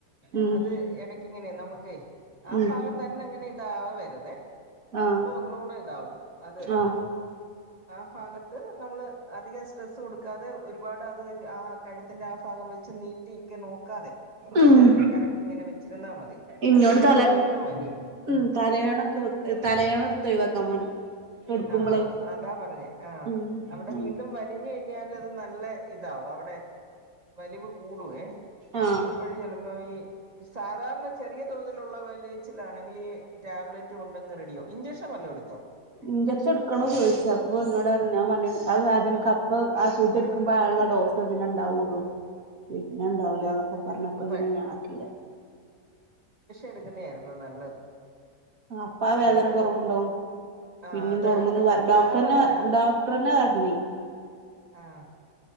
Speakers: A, on the right (about 65°); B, on the right (about 25°).
A: ഉം
B: അത് എടക്കിങ്ങനെ നമ്മക്കെ ആ
A: ഉം
B: ഭാഗം തന്നെ ഇങ്ങനിതാവരുതേ
A: ആഹ്
B: അപ്പൊ ഒന്നുടെ ഇതാവും അത്
A: ആഹ്
B: ആ ഭാഗത്ത് നമ്മള് അധികം സ്ട്രെസ്സ് കൊടുക്കാതെ ഒരുപാട് അത് ആ കഴുത്തിന്റെ ആ ഭാഗം വെച്ച് നീട്ടിക്കെ നോക്കാതെ
A: ഉം
B: കറക്റ്റ് ഇങ്ങനെ വെച്ചിരുന്നാ മതി
A: ഇന്നോട്
B: അല്ലെങ്കിലത്
A: തല
B: വീണ്ടും വലിയും
A: ഉം തലയാണൊക്കെ വെ തലയാണ എടുത്ത് ഒയിവാക്കാൻ പറഞ്ഞു കെടുക്കുമ്പളേ
B: ആഹ് അതാ പറഞ്ഞേ ആഹ്
A: ഉം
B: അവിടെ
A: ഉം
B: വീണ്ടും വലിഞ്ഞുകയിഞ്ഞാ ത് നല്ല ഇതാവും അവിടെ വലിവ് കൂടുവേ
A: ആഹ്
B: അപ്പോഴ ചെല ഇപ്പൊ ഈ സാധാരണ ചെറിയ തോതിലുള്ള വലിയച്ചിലാണെങ്കിൽ ഈ ടാബ്ലറ്റ് കൊണ്ടങ്ങ് റെഡിയാക്കും ഇഞ്ചെക്ഷൻ വല്ലോ എടുത്തോ
A: ഇഞ്ചെക്ഷൻ എടുക്കണോ ചോദിച്ചത് അപ്പൊ എന്നോട് പറഞ്ഞ് ഞാൻ പറഞ്ഞ അത് വദ കപ്പ് ആ സൂചയ എടുക്കുമ്പോ ആള്ള ഡോസ് ഇപ്പം പിന്നെ ഉണ്ടാവുള്ളൂ പിന്നെ ഉണ്ടാവില്ല അപ്പൊ പറഞ്ഞപ്പ
B: അപ്പ
A: പിന്നെ ഞാൻ ആക്കില്ല
B: എടുക്കുന്നയായിരുന്നു നല്ലത്
A: ആഹ് അപ്പ വേദന
B: അതങ്ങ്
A: കൊറവുണ്ടാവും
B: ആ
A: പിന്നേം
B: അത്
A: തുടങ്ങുന്ന്
B: അല്ല തൽക്കാലം
A: ഡോക്ടർന്ന്
B: അല്ല
A: ഡോ <unintelligible>
B: ആഹ്